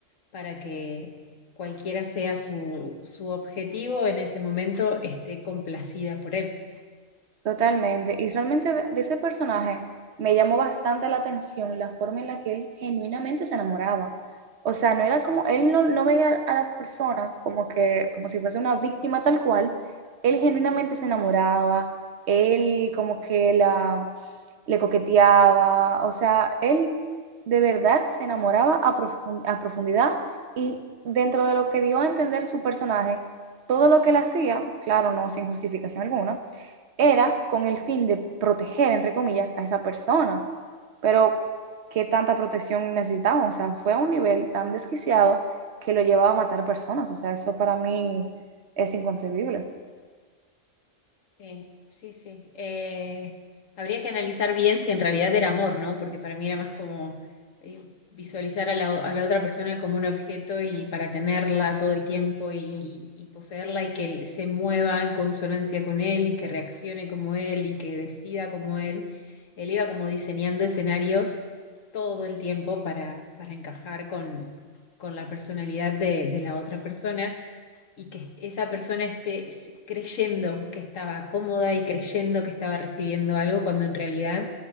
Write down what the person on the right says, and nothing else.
Totalmente. Y realmente de, de ese personaje me llamó bastante la atención la forma en la que él genuinamente se enamoraba. O sea, no era como, él no, no veía a la persona como que, como si fuese una víctima tal cual. Él genuinamente se enamoraba, él como que la, le coqueteaba. O sea, él de verdad se enamoraba a profun- a profundidad y dentro de lo que dio a entender su personaje, todo lo que él hacía, claro, no sin justificación alguna era con el fin de proteger, entre comillas, a esa persona. Pero, ¿qué tanta protección necesitamos? O sea, fue a un nivel tan desquiciado que lo llevaba a matar personas. O sea, eso para mí es inconcebible.